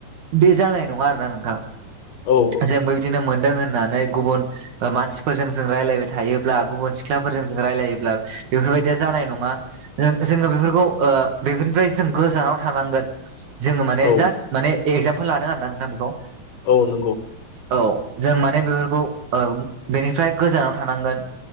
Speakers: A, on the right; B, on the left.
A: बे जानाय नङा आरोना नोंथां
B: औ
A: जोंबो बिदिनो मोनदों होननानै गुबुन मानसिफोरजों जों रायलायबाय थायोब्ला गुबुन सिख्लाफोरजों जों रायलायोब्ला बेफोरबायदिया जानाय नङा ज जोङो बेफोरखौ बेफोरनिफ्राय जों गोजानाव थानांगोन जोङो माने
B: औ
A: जास्ट माने एगजामपोल लादों आरो ना नोंथां बेखौ
B: औ नंगौ
A: औ जों माने बेफोरखौ बेनिफ्राय गोजानाव थानांगोन